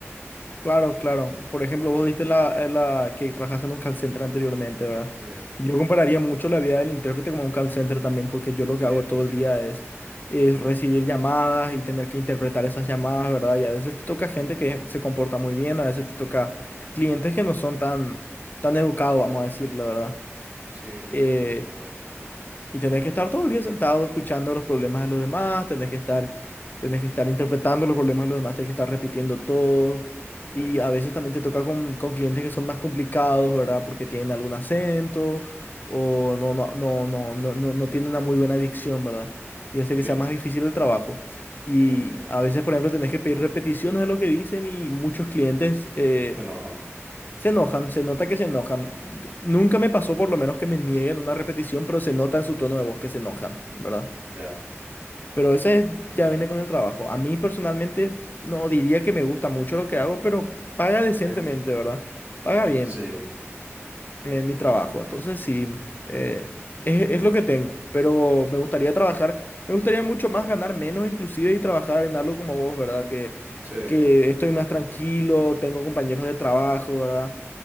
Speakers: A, on the left; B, on the right.
A: Claro, claro. Por ejemplo, vos diste la, eh, la que trabajaste en un call center anteriormente, ¿verdad?
B: Sí,
A: Y yo compararía mucho la vida del intérprete como un call center también, porque yo lo
B: sí,
A: que hago
B: es parecido.
A: todo el día es, es recibir llamadas y tener que interpretar esas llamadas, ¿verdad? Y a veces te toca gente que se comporta muy bien, a veces te toca clientes que no son tan, tan educados, vamos a decirlo, ¿verdad?
B: Sí,
A: Eh,
B: te entiendo totalmente.
A: y tenés que estar todo el día sentado escuchando los problemas de los demás, tenés que estar, tenés que estar interpretando los problemas de los demás, tenés que estar repitiendo todo.
B: Sí,
A: Y a veces también te toca con, con clientes que son más complicados, ¿verdad? Porque tienen algún acento o no, no, no, no, no, no, no tienen una muy buena dicción, ¿verdad? Y hace que
B: sí,
A: sea más difícil el trabajo. Y
B: te entiendo.
A: a veces, por ejemplo, tenés que pedir repeticiones de lo que dicen y muchos clientes... eh,
B: Se enojan.
A: se enojan, se nota que se enojan. Nunca me pasó por lo menos que me nieguen una repetición, pero se nota en su tono de voz que se enojan, ¿verdad?
B: Ya.
A: Pero ese ya viene con el trabajo. A mí personalmente no diría que me gusta mucho lo que hago, pero paga decentemente,
B: Es-
A: ¿verdad? Paga bien
B: sí,
A: en mi trabajo. Entonces sí, eh, es, es lo que tengo, pero me gustaría trabajar, me gustaría mucho más ganar menos inclusive y trabajar en algo como vos, ¿verdad? Que,
B: sí.
A: que estoy más tranquilo, tengo compañeros de trabajo, ¿verdad?